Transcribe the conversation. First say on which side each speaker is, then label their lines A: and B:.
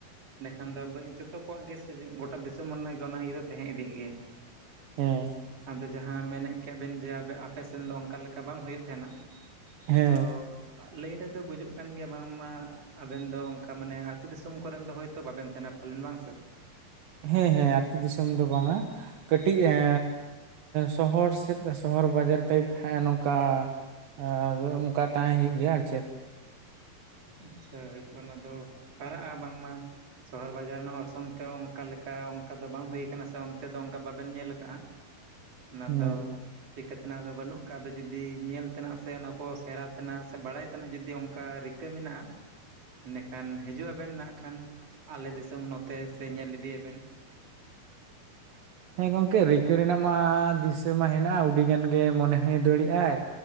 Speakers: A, on the right; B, on the right.
A: ᱮᱸᱰᱮᱠᱷᱟᱱ ᱫᱚ <unintelligible> ᱡᱷᱚᱛᱚ ᱠᱚᱣᱟᱜ ᱜᱮ ᱥᱮ ᱜᱚᱴᱟ ᱫᱤᱥ <unintelligible> ᱚᱱᱟ ᱤᱭᱟᱹ ᱫᱚ ᱛᱟᱦᱮᱸ ᱤᱫᱤᱜ ᱜᱮᱭᱟ᱾ <inaudible>
B: ᱦᱮᱸ
A: ᱟᱫᱚ ᱡᱟᱦᱟᱸ ᱢᱮᱱᱮᱫ ᱠᱮᱫ ᱵᱮᱱ ᱡᱮ ᱟᱯᱮ ᱥᱮᱱ ᱫᱚ ᱚᱱᱠᱟ ᱞᱮᱠᱟ ᱵᱟᱝ ᱦᱩᱭᱩᱜ ᱛᱟᱸᱦᱮᱱᱟ᱾
B: ᱦᱮᱸ
A: ᱛᱚ ᱞᱟᱹᱭ ᱨᱮᱫᱚ ᱵᱩᱡᱩᱜ ᱠᱟᱱ ᱜᱮᱭᱟ ᱵᱟᱝᱢᱟ ᱟᱵᱮᱱ ᱫᱚ ᱚᱱᱠᱟ ᱢᱟᱱᱮ ᱟᱹᱛᱩ ᱫᱤᱥᱚᱢ ᱠᱚᱨᱮᱱ ᱫᱚ ᱦᱳᱭᱛᱳ ᱵᱟᱵᱮᱱ ᱛᱟᱸᱦᱮᱱᱟ ᱯᱟᱞᱮᱱ ᱵᱟᱝ ᱥᱮ?
B: ᱦᱮᱸ ᱦᱮᱸ ᱟᱹᱛᱩ ᱫᱤᱥᱚᱢ ᱫᱚ ᱵᱟᱝᱟ ᱾ ᱠᱟᱹᱴᱤᱡ ᱮᱸ ᱥᱚᱦᱚᱨ ᱥᱮᱫ ᱥᱚᱦᱚᱨ ᱵᱟᱡᱟᱨ ᱴᱟᱭᱤᱯ ᱦᱮᱸ ᱱᱚᱝᱠᱟ ᱾ ᱟᱫᱚ ᱚᱱᱠᱟ ᱛᱟᱦᱮᱸ ᱦᱩᱭᱩᱜ ᱜᱮᱭᱟ ᱟᱨ ᱪᱮᱫ᱾
A: ᱟᱪᱪᱷᱟ, ᱦᱚᱭᱛᱚ ᱚᱱᱟ ᱫᱚ ᱯᱟᱲᱟᱜᱼᱟ ᱵᱟᱝᱢᱟ, ᱥᱚᱦᱚᱨ ᱵᱟᱡᱟᱨ ᱨᱮᱱᱟᱜ ᱚᱨᱥᱚᱝ ᱛᱮ ᱚᱱᱠᱟ ᱞᱮᱠᱟ ᱚᱱᱠᱟ ᱫᱚ ᱵᱟᱝ ᱦᱩᱭ ᱠᱟᱱᱟ ᱥᱮ ᱚᱱ ᱛᱮ ᱫᱚ ᱚᱱᱠᱟ ᱵᱟᱵᱮᱱ ᱧᱮᱞ ᱟᱠᱟᱫᱼᱟ ᱾ <inaudible> ᱚᱱᱟ
B: ᱦᱮᱸ
A: ᱫᱚ ᱪᱤᱠᱟᱹᱛᱮᱱᱟᱜ ᱫᱚ ᱵᱟᱹᱱᱩᱜ ᱟᱠᱟᱫ ᱾ ᱟᱫᱚ ᱡᱩᱫᱤ ᱧᱮᱞ ᱛᱮᱱᱟᱜ ᱥᱮ ᱚᱱᱟ ᱠᱚ ᱥᱮᱬᱟ ᱛᱮᱱᱟᱜ ᱥᱮ ᱵᱟᱲᱟᱭ ᱛᱮᱱᱟᱜ ᱡᱩᱫᱤ ᱚᱱᱠᱟ ᱨᱤᱠᱟᱹ ᱢᱮᱱᱟᱜᱼᱟ ᱮᱸᱰᱮᱠᱷᱟᱱ ᱦᱤᱡᱩᱜ ᱟᱵᱮᱱ ᱱᱟᱜ ᱠᱷᱟᱱ ᱟᱞᱮ ᱫᱤᱥᱚᱢ ᱱᱚᱛᱮ ᱥᱮ ᱧᱮᱞ ᱤᱫᱤᱭᱟᱵᱮᱱ ᱾
B: <inaudible> ᱦᱮᱸ ᱜᱚᱝᱠᱮ ᱨᱤᱠ ᱨᱤᱠᱟᱹ ᱨᱮᱱᱟᱜ ᱢᱟ ᱫᱤᱥᱟᱹ ᱢᱟ ᱦᱮᱱᱟᱜᱼᱟ᱾ ᱟᱹᱰᱤᱜᱟᱱ ᱜᱮ ᱢᱚᱱᱮ ᱦᱚᱭ ᱫᱟᱹᱲᱮᱜᱟᱭ